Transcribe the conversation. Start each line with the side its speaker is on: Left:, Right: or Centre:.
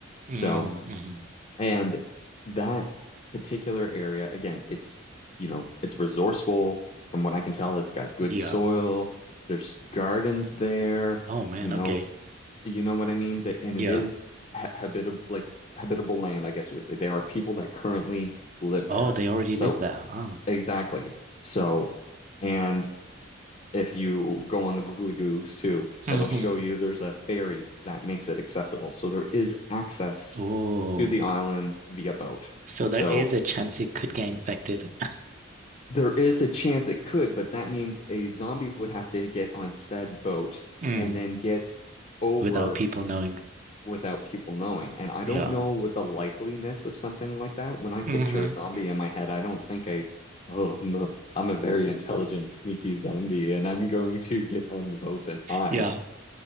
Right: Mm-hmm.
Left: So, and that particular area, again, it's you know, it's resourceful. From what I can tell, it's got good
Right: Yeah.
Left: soil. There's gardens there.
Right: Oh man,
Left: You know,
Right: okay.
Left: you know what I mean? The, and
Right: Yeah.
Left: it is ha habitable, like habitable land, I guess you would say. There are people that currently live
Right: Oh,
Left: there.
Right: they already
Left: So,
Right: live there. Oh.
Left: exactly. So, and if you go on the Googly Googs too,
Right: hmm
Left: it'll show you there's a ferry that makes it accessible. So there is access
Right: Oh.
Left: to the island via boat.
Right: So
Left: So
Right: there is a chance it could get infected <laughs>
Left: there is a chance it could, but that means a zombie would have to get on said boat
Right: mm.
Left: and then get over
Right: without people knowing.
Left: without people knowing. And I
Right: Yeah.
Left: don't know what the likeliness of something like that. When I picture
Right: hmm
Left: a zombie in my head, I don't think I, oh, I'm a, I'm a very <laughs> intelligent, sneaky zombie, and I'm going to get on the boat and hide.
Right: Yeah.